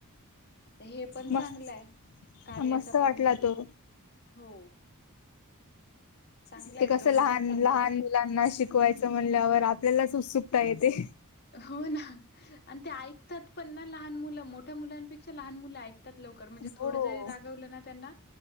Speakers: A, on the left (about 45°); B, on the left (about 75°).
A: आता हे पण चांगलंय
B: मस्त
A: कार्याचा
B: मस्त वाटला
A: पण
B: तो
A: हो. चांगला
B: ते
A: आहेत
B: कसं
A: दोन्ही
B: लहान
A: पण चांगले
B: लहान
A: आहेत.
B: मुलांना शिकवायचं म्हणल्यावर आपल्यालाच उत्सुकता येते.
A: हो ना आणि ते ऐकतात पण ना लहान मुलं मोठ्या मुलांपेक्षा लहान मुलं ऐकतात. लवकर म्हणजे
B: हो
A: थोडं जरी रागवलं ना त्यांना